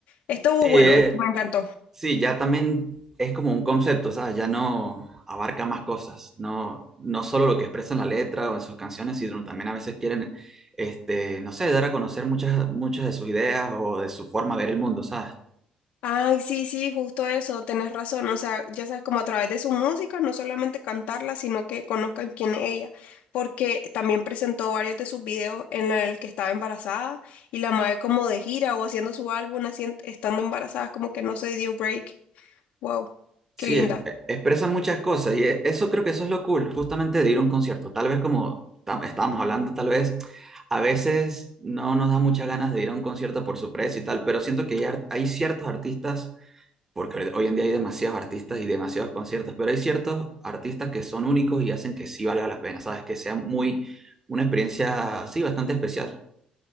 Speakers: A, on the left; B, on the right.
A: estuvo
B: Sí,
A: bueno,
B: eh,
A: esto me encantó.
B: Sí, ya también es como un concepto, ¿sabes? Ya no abarca más cosas, no, no solo lo que expresa en la letra o en sus canciones, sino también a veces quieren, este, no sé, dar a conocer muchas, muchas de sus ideas o de su forma de ver el mundo, ¿sabes?
A: Ay, sí, sí, justo eso, tenés razón. O sea, ya sabes, como a través de su música, no solamente cantarla, sino que conozcan quién es ella. Porque también presentó varios de sus videos en el que estaba embarazada y la madre como de gira o haciendo su álbum, hacien- estando embarazada, como que no se dio break. Wow,
B: Sí,
A: qué linda.
B: es- e- expresan muchas cosas y e- eso creo que eso es lo cool, justamente de ir a un concierto. Tal vez como tam- estábamos hablando, tal vez a veces no nos da muchas ganas de ir a un concierto por su precio y tal, pero siento que hay, ar- hay ciertos artistas porque ahorita- hoy en día hay demasiados artistas y demasiados conciertos, pero hay ciertos artistas que son únicos y hacen que sí valga la pena, ¿sabes? Que sea muy, una experiencia, sí, bastante especial.